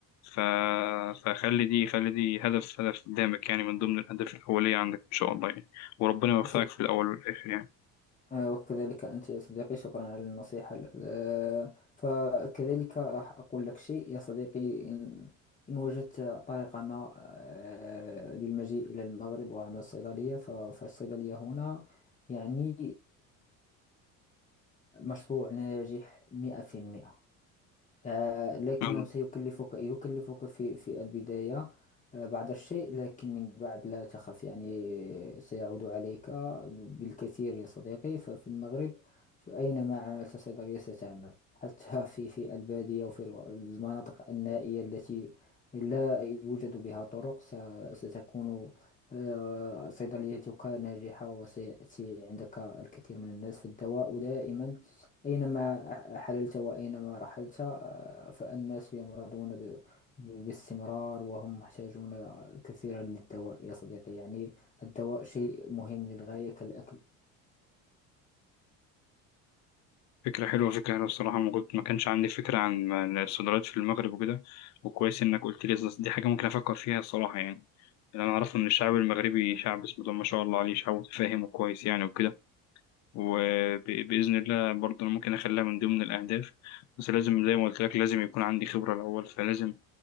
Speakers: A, on the left; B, on the left.
A: ف... فخلي دي خلي دي هدف هدف قدامك يعني من ضمن الأهداف الأولية عندك إن شاء الله يعني وربنا يوفقك
B: شكرا
A: في الأول والآخر يعني
B: آه، وكذلك أنت يا صديقي شكرا على النصيحة آه، فكذلك راح أقول لك شيء يا صديقي إن إن وجدت طريقة ما آه، للمجيء إلى المغرب وعمل الصيدلية ف- فالصيدلية هنا يعني آه، مشروع ناجح مئة في المئة آه، لكنه
A: يلا.
B: سيكلفك يكلفك في في البداية آه، بعض الشيء لكن من بعد لا تخف يعني سيعود عليك بالكثير يا صديقي ففي المغرب فأينما عملت صيدلية ستعمل حتى <laughs> في في البادية وفي المناطق النائية التي لا يوجد بها طرق س- ستكون آه، صيدليتك ناجحة وسيأتي عندك الكثير من الناس فالدواء دائما أينما حللت وأينما رحلت آه، فالناس يمرضون ب- باستمرار وهم محتاجون كثيرا للدواء يا صديقي يعني الدواء شيء مهم للغاية كالأكل
A: فكرة حلوة فكرة حلوة الصراحة ما كنت ما كانش عندي فكرة عن الصيدليات في المغرب وكده وكويس إنك قلت لي أصل دي حاجة ممكن أفكر فيها الصراحة يعني اللي أنا أعرفه إن الشعب المغربي شعب بسم الله ما شاء الله عليه شعب متفاهم وكويس يعني وكده وبإذن الله برضه أنا ممكن أخليها من ضمن الأهداف بس لازم زي ما قلت لك لازم يكون عندي خبرة الأول فلازم